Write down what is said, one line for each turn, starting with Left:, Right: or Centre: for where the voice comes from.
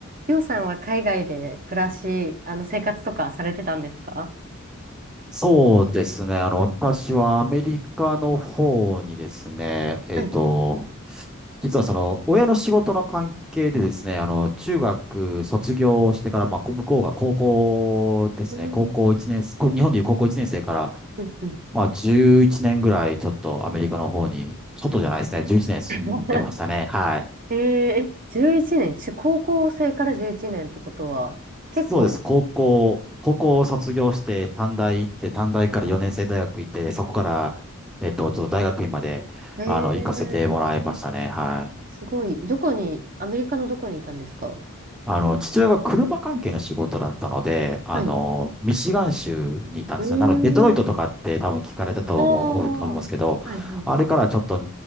Right: りょうさんは海外で暮らし、あの、生活とかされてたんですか
Centre: そうですね。あの、私はアメリカの方にですね、えっと、
Right: はい。
Centre: 実はその、親の仕事の関係でですね、あの、中学卒業してから、まあ、こ向こうが高校ですね、
Right: うん。
Centre: 高校1年、こ日本でいう高校1年生から、
Right: うんうん。
Centre: まあ、11年ぐらいちょっとアメリカの方に、ちょっとじゃないですね、11年住んでましたね。
Right: <laughs>
Centre: はい。
Right: えーえ、11年、中、高校生から11年ってことは、結構、
Centre: そうです。高校、高校を卒業して、短大行って、短大から4年生大学行って、そこから、えっと、ちょっと大学院まで、
Right: えー、
Centre: あの、行かせてもらいましたね。はい。
Right: すごい、どこに、アメリカのどこにいたんですか
Centre: あの、父親が車関係の仕事だったので、あの、
Right: はい。
Centre: ミシガン州にいたんですよ。
Right: うー
Centre: なので、デトロイトとかって多分聞かれたと思う、
Right: ん、ああ、
Centre: 思いますけど、
Right: はいはいはい。
Centre: あれからちょっと、